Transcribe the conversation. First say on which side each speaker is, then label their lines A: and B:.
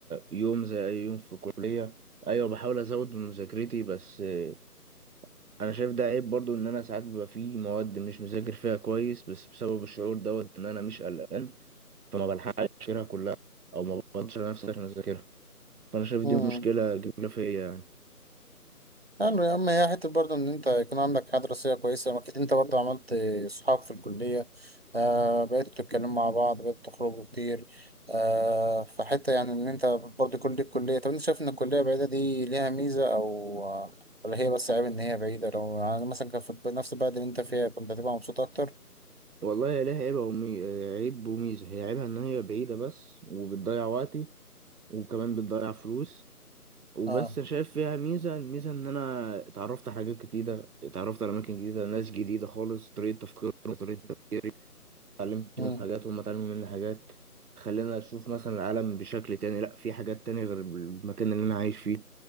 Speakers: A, on the right; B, on the right.
A: يوم زي أي يوم في الكلية أيوة بحاول أزود من مذاكرتي بس آه، أنا شايف ده عيب برضو إن أنا ساعات بيبقى فيه مواد مش مذاكر فيها كويس بس بسبب الشعور دوت إن أنا مش قلقان فما بلحقش أذاكرها كلها أو ما بفضلش على نفسي عشان أذاكرها فأنا شايف
B: مم.
A: دي مشكلة كبيرة فيا يعني
B: حلو يا عم هي حتة برضه إن أنت يكون عندك حياة دراسية كويسة أكيد أنت برضه عملت صحاب في الكلية آه بقيتوا تتكلموا مع بعض بقيتوا تخرجوا كتير آه فحتة يعني إن أنت برضه يكون ليك كلية طب أنت شايف إن الكلية بعيدة دي ليها ميزة أو آه، ولا هي بس عيب إن هي بعيدة لو يعني مثلا كان في نفس البلد اللي أنت فيها كنت هتبقى مبسوط أكتر
A: والله هي ليها عيب ومي... عيب وميزة هي عيبها إن هي بعيدة بس وبتضيع وقتي وكمان بتضيع فلوس
B: <laughs>
A: وبس
B: آه
A: أنا شايف فيها ميزة الميزة إن أنا اتعرفت على حاجات جديدة اتعرفت على أماكن جديدة ناس جديدة خالص طريقة تفكيرهم طريقة تفكيري اتعلمت
B: آه
A: منهم حاجات وهم اتعلموا مني حاجات خلينا أشوف مثلا العالم بشكل تاني لأ في حاجات تانية غير المكان اللي أنا عايش فيه